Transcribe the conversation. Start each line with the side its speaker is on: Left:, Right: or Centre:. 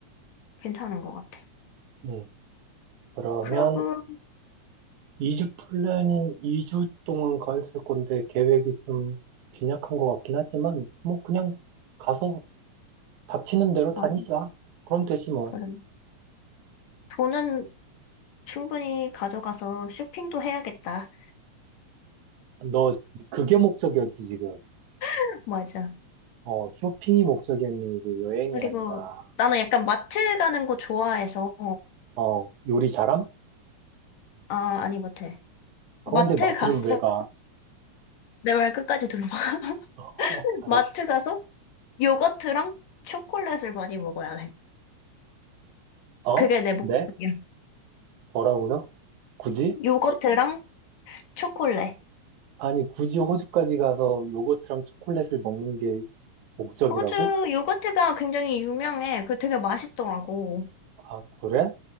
Left: 괜찮은 것 같아.
Right: 음. 그러면
Left: 그러고,
Right: 2주 플랜인 2주 동안 가 있을 건데 계획이 좀 빈약한 것 같긴 하지만, 뭐 그냥 가서 닥치는 대로
Left: 맞아.
Right: 다니자. 그럼 되지 뭐.
Left: 그래. 돈은 충분히 가져가서 쇼핑도 해야겠다.
Right: 너 그게 목적이었지, 지금.
Left: <laughs> 맞아.
Right: 어, 쇼핑이 목적이었네. 이게 여행이
Left: 그리고
Right: 아니라.
Left: 나는 약간 마트 가는 거 좋아해서,
Right: 어, 요리 잘함?
Left: 아, 아니, 못해.
Right: 그런데
Left: 마트
Right: 마트를
Left: 가서,
Right: 왜 가?
Left: 내 말 끝까지 들어봐. <laughs>
Right: 어, 알았어.
Left: 마트 가서 요거트랑 초콜릿을 많이 먹어야 해.
Right: 어?
Left: 그게 내 목표야.
Right: 네? 뭐라고요? 굳이?
Left: 요거트랑 초콜릿.
Right: 아니, 굳이 호주까지 가서 요거트랑 초콜릿을 먹는 게 목적이라고?
Left: 호주 요거트가 굉장히 유명해. 그 되게 맛있더라고.
Right: 아, 그래?